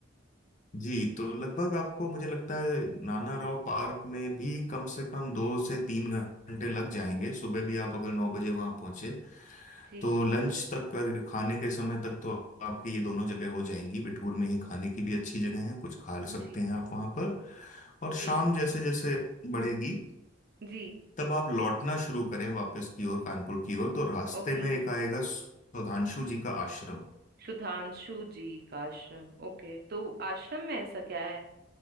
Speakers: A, on the left; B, on the right.
A: जी तो लगभग आपको मुझे लगता है नाना राव पार्क में भी कम से कम दो से तीन घंटे लग जाएंगे सुबह भी आप अगर नौ बजे वहाँ पहुँचे
B: जी
A: तो लंच तक और खाने के समय तक तो आपके ये दोनों जगह हो जाएंगी बिठूर में ही खाने की भी अच्छी जगह है कुछ खा सकते
B: जी
A: हैं आप वहाँ पर और शाम
B: जी
A: जैसे जैसे बढ़ेगी
B: जी
A: तब आप लौटना शुरू करें वापस की ओर कानपुर की ओर तो रास्ते
B: ओके
A: में एक आएगा सुधांशु जी का आश्रम
B: सुधांशु जी का आश्रम ओके तो आश्रम में ऐसा क्या है